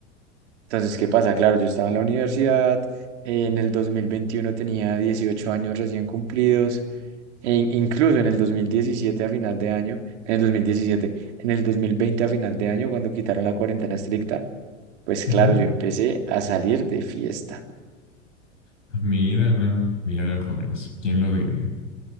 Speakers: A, on the right; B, on the left.
A: entonces, ¿qué pasa? Claro, yo estaba en la universidad, en el 2021 tenía 18 años recién cumplidos. E in- incluso en el 2017 a final de año, en el 2017, en el 2020 a final de año, cuando quitaron la cuarentena estricta, pues claro,
B: Ujú.
A: yo empecé a salir de fiesta.
B: Ah, Mírala, mírala al jovenazo. ¿Quién lo diría?